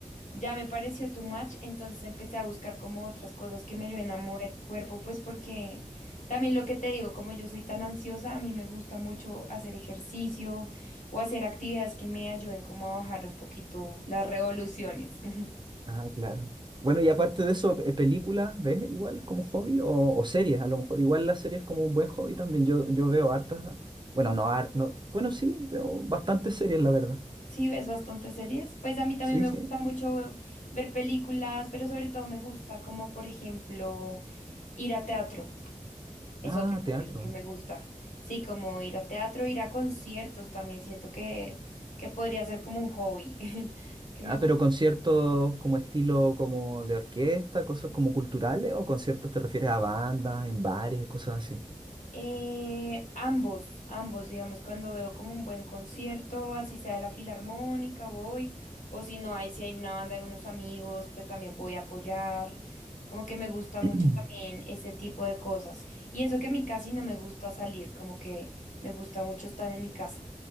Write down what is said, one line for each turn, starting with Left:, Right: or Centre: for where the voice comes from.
Left: Ya me pareció too much, entonces empecé a buscar como otras cosas que me ayuden a mover el cuerpo, pues porque también lo que te digo, como yo soy tan ansiosa, a mí me gusta mucho hacer ejercicio o hacer actividades que me ayuden como a bajar un poquito las revoluciones. <laughs>
Right: Ah, claro. Bueno, y aparte de eso, pe- ¿películas ves igual como hobby o, o series? A lo mejor igual las series como un buen hobby también. Yo, yo veo hartas, bueno, no, har- no, bueno, sí, veo bastantes series, la verdad.
Left: Sí, ves bastantes series. Pues a mí también
Right: Sí,
Left: me
Right: sí.
Left: gusta mucho ver películas, pero sobre todo me gusta como, por ejemplo, ir a teatro. Es
Right: Ah,
Left: otro hobby
Right: teatro.
Left: que me gusta. Sí, como ir a teatro, ir a conciertos también siento que, que podría ser como un hobby <laughs> que
Right: Ah,
Left: me gusta.
Right: pero conciertos como estilo como de orquesta, cosas como culturales o conciertos te refieres a bandas, en bares, cosas así.
Left: Eh, ambos, ambos, digamos, cuando veo como un buen concierto, así sea de la filarmónica, voy, o si no hay, si hay una banda de unos amigos, pues también voy a apoyar. Como que me gusta mucho
Right: <clears throat>
Left: también ese tipo de cosas. Y eso que a mí casi no me gusta salir, como que me gusta mucho estar en mi casa.